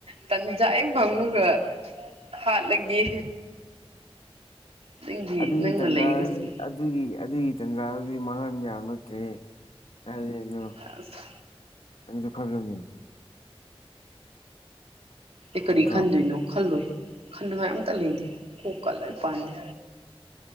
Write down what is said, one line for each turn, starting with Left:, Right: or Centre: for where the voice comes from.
Right: ꯇꯟꯖꯥ ꯍꯦꯛ ꯐꯪꯕꯒ ꯍꯥꯠꯂꯒꯦ ꯅꯪꯒꯤ
Left: ꯑꯗꯨꯒꯤ
Right: ꯅꯪꯅ
Left: ꯇꯥꯟꯖꯥ
Right: ꯂꯩꯕꯁꯦ
Left: ꯑꯗꯨꯒꯤ ꯑꯗꯨꯒꯤ ꯇꯥꯟꯖꯥꯗꯨꯗꯤ ꯃꯥꯡꯉꯟꯕ ꯌꯥꯕ ꯅꯠꯇꯦꯍꯦ ꯀꯥꯏꯗꯩꯅꯣ
Right: ꯑꯁ
Left: ꯅꯪꯁꯨ ꯈꯜꯂꯨꯅꯦ
Right: ꯑꯩ ꯀꯔꯤ
Left: ꯅꯠꯇ꯭ꯔꯣ
Right: ꯈꯟꯗꯣꯏꯅꯣ ꯈꯜꯂꯣꯏ ꯈꯟꯅꯉꯥꯏ ꯑꯝꯇ ꯂꯩꯇꯦ ꯀꯣꯛꯀ ꯂꯣꯏ ꯄꯥꯟꯗꯦ